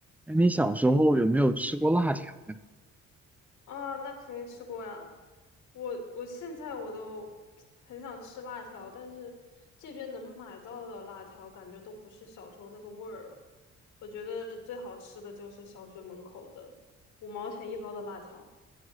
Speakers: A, in the centre; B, on the left.
A: 哎，你小时候有没有吃过辣条呀
B: 啊，那肯定吃过呀。我我现在我都很想吃辣条，但是这边能买到的辣条感觉都不是小时候那个味儿了。我觉得最好吃的就是小学门口的五毛钱一包的辣条。